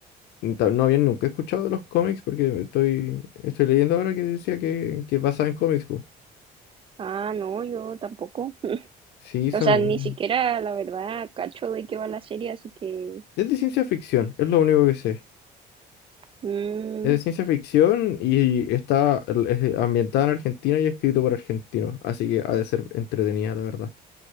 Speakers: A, on the left; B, on the right.
A: mm, ta- no había nunca escuchado de los cómics porque estoy, estoy leyendo ahora que decía que, que es basada en cómics, po.
B: Ah, no, yo tampoco. <laughs>
A: Sí, son...
B: O sea, ni siquiera, la verdad, cacho de qué va la serie, así que...
A: Es de ciencia ficción, es lo único que sé.
B: mm,
A: Es ciencia ficción y está el- ambientada en Argentina y escrito por argentinos, así que ha de ser entretenida, la verdad.